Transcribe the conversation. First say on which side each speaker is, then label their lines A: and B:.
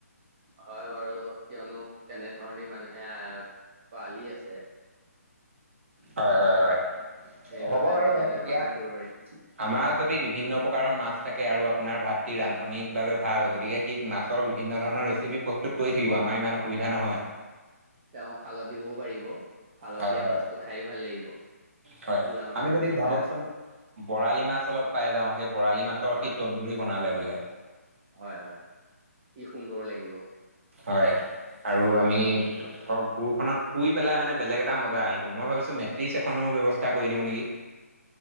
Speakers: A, on the right; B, on the right.
A: হয় বাৰু কিয়নো তেনেধৰণে মানুহে আহ পালী আছে।
B: হয় হয় হয়,
A: সেইবাবে
B: হ'ব বাৰু
A: আমি তেনেধৰণে
B: এতিয়া।
A: ৰাখিব পাৰিম
B: আমাৰ যদি বিভিন্ন প্ৰকাৰৰ মাছ থাকে আৰু আপোনাৰ ভাতৃ ৰান্ধনিভাৱে ভাল গতিকে সি মাছ ৰ বিভিন্ন ধৰণৰ ৰেচিপি প্ৰস্তুত কৰি থাকিব আমাৰ ইমান অসুবিধা নহয়।
A: হয় তেওঁ খালদ দিবও পাৰিব খালদ
B: হয়
A: দিয়া
B: হয়
A: মাছটো খাইয়ো ভাল লাগিব।
B: হয়,
A: পুৰা মাছৰ
B: আমি যদি
A: পিটিকা
B: ভাবকচোন বৰালি মাছ অলপ পাই যাওঁ, সেই বৰালি মাছৰ
A: হয়
B: সি তন্দুৰী বনালে বোলে
A: হয় হয়, কি সুন্দৰ লাগিব।
B: হয়। আৰু আমি ধৰক ভুৰখনত শুই পেলাই মানে বেলেগ এটা মজা আহিব, মই ভাবিছো মেট্ৰেছ চেট্ৰেছ খনো ব্যৱস্থা কৰি দিও নেকি।